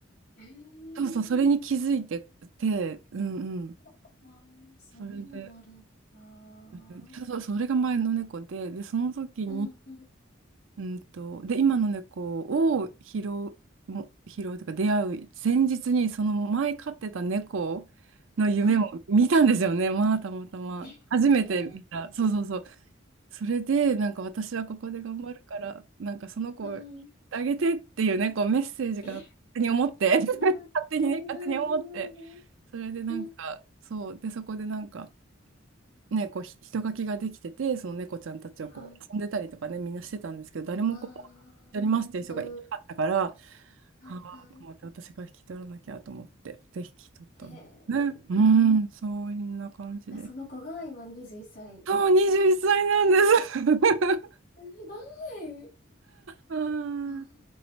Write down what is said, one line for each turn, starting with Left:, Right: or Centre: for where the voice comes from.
Left: えー、
Right: そうそう、それに気づいてて、うんうん。
Left: あー、そういうのもあるんだ。
Right: それで、うんそうそう、
Left: う
Right: それが前の猫で、で、その時に、
Left: んうん。
Right: うんと、で、今の猫を拾う、も拾うというか、出会う前日に、その前飼ってた猫の夢を見たんですよね、
Left: はい。
Right: まあ、たまたま。
Left: え、え
Right: 初めて見た。
Left: ー、
Right: そうそうそう。それで、なんか私はここで頑張るから、なんかその子をあげてっていうね、
Left: うん。
Right: こうメッセージが勝手に思って、
Left: え、
Right: <laughs> 勝
Left: あー、
Right: 手にね、
Left: うんうんうんうん
Right: 勝手に思って、それでなんか、
Left: うん。
Right: そう、で、そこでなんか、ね、こうひ人垣ができてて、その猫ちゃんたちをこう遊んでたりとかね、
Left: うんはい。
Right: みんなしてたんですけど、誰もこう、
Left: あー、
Right: 引き取りますっていう人がいなかったから、
Left: うん。はいはい。
Right: ああ、と思って、私が引き取らなきゃと思って、で、引き取ったの。
Left: へえ。
Right: ね、うーん、そんな感じで。
Left: じゃあその子が今21歳。
Right: そう、21歳なんです。<laughs>
Left: すごい。
Right: うん。
Left: そう